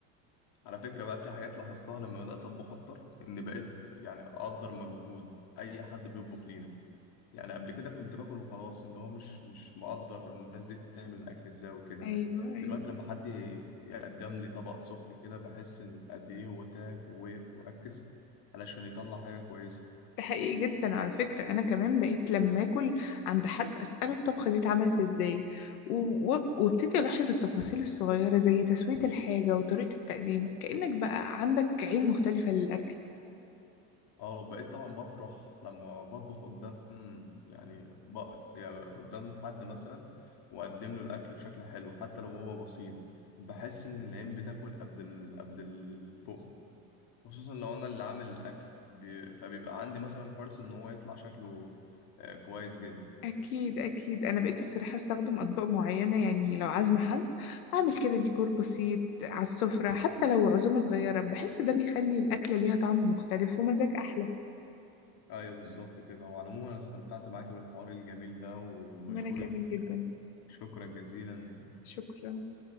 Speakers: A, on the left; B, on the left.
A: على فكرة بقى في حاجات لاحظتها لما بدأت أطبخ أكتر إن بقيت يعني أقدر مجهود أي حد بيطبخ لينا يعني قبل كده كنت باكل وخلاص إن هو مش مش مقدر الناس دي بتعمل الأكل إزاي وكده
B: أيوة أيوة
A: دلوقتي لما حد يقدم لي طبق سخن كده بحس قد إيه هو تعب ووقف وركز علشان يطلع حاجة كويسة
B: ده حقيقي جدا على فكرة أنا كمان بقيت لما أكل عند حد أسأله الطبخة دي اتعملت إزاي و- و- وابتدي ألاحظ التفاصيل الصغيرة زي تسوية الحاجة وطريقة التقديم كأنك بقى عندك عين مختلفة للأكل
A: اه بقيت طبعا بفرح لما بطبخ قدام يعني, ب... يعني قدام حد مثلا واقدم له الاكل بشكل حلو حتى لو هو بسيط بحس ان العين بتاكل قبل ال... قبل البق خصوصا لو انا اللي عامل الاكل بي... فبيبقى عندي مثلا حرص ان هو يطلع شكله آه، كويس جدا
B: أكيد أكيد أنا بقيت الصراحة أستخدم أطباق معينة يعني لو عازمة حد أعمل كده ديكور بسيط على السفرة حتى لو عزومة صغيرة بحس ده بيخلي الأكلة ليها طعم مختلف ومزاج أحلى
A: ايوه بالظبط كده وعلى العموم انا استمتعت معاك بالحوار الجميل ده وبشكرك
B: وأنا كمان جدا
A: شكرا جزيلا
B: شكرا